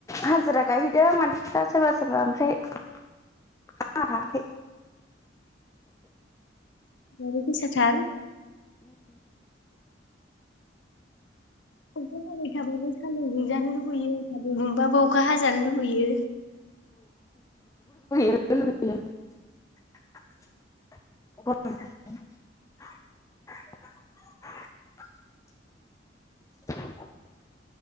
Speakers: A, on the left; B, on the left.
A: हाजिरा गायहैदों मानसिफ्रा सोरबा सोरबा ओमफ्राय आंहा थाङाखै
B: सान्दुं गोसाथार अखा हाबाय थाबाबो सान्दुं दुंजानो लुबैयो सान्दुं दुंबाबो अखा हाजानो लुबैयो
A: सान्दुं दुंजानो लुबैयो <unintelligible> <unintelligible>